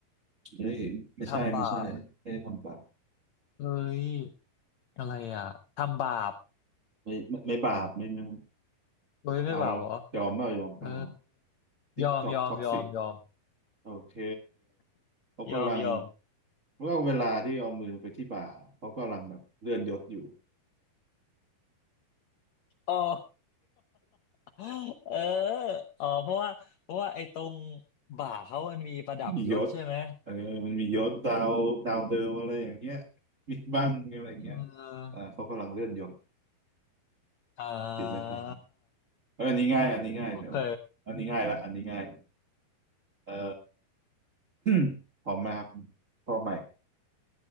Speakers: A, on the right; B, on the left.
A: เฮ้ยไม่ใช่ไม่ใช่ไม่ได้ทำบาป
B: ทำบาปเอ้ยอะไรอ่ะทำบาป
A: ไม่ไม่ไม่บาปไม่ไม่ไม่
B: เอ้ยไม่บาปเหรอ
A: เอาเหรอยอมเปล่ายอมเปล่า
B: เออ
A: ติ๊กตอกท็อกซิก
B: ยอมยอมยอมยอม
A: โอเคเขากำลัง
B: ยอมยอม
A: ว่าเอาเวลาที่เอามือไปที่บ่าเขากำลังแบบเลื่อนยศอยู่
B: อ๋อ <laughs> เอออ๋อเพราะว่าเพราะว่าไอ้ตรงบ่าเขามันมีประดับยศใช่ไหม
A: มียศเออมันมียศดาวดาวเดิมอะไรอย่างเงี้ยมีบ้างอะไรอย่างเงี้ย
B: เออ
A: อ่าเขากำลังเลื่อนยศ
B: อ่า
A: คิดไหมเถึเอออันนี้ง่ายอันนี้ง่ายเดี๋ยวอันนี้ง่ายละอันนี้ง่าย
B: โอเค
A: เอ่อ <coughs> พร้อมไหมครับพร้อมไหม